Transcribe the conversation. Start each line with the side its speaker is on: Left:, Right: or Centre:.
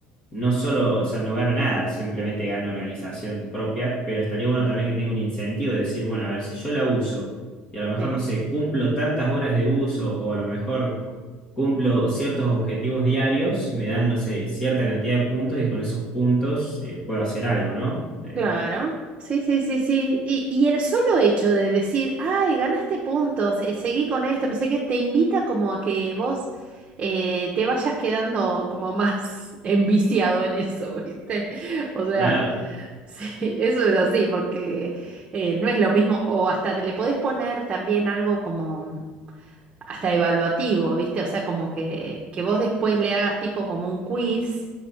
Left: no solo, o sea, no gano nada, simplemente gano organización propia, pero estaría bueno también que tenga un incentivo de decir, bueno, a ver, si yo la uso y a lo mejor,
Right: Sí.
Left: no sé, cumplo tantas horas de uso o a lo mejor cumplo ciertos objetivos diarios, me dan, no sé, cierta cantidad de puntos y con esos puntos eh, puedo hacer algo, ¿no? Eh,
Right: Claro. Sí, sí, sí, sí. Y, y el solo hecho de decir, ay, ganaste puntos, eh, seguí con esto, no sé qué, te invita como a que vos eh, te vayas quedando como más <laughs> enviciado en eso, ¿viste? O sea.
Left: claro.
Right: Sí, <laughs> eso es así, porque eh, no es lo mismo, o hasta te le podés poner también algo como mm, hasta evaluativo, ¿viste? O sea, como que, que vos después le hagas tipo como un quiz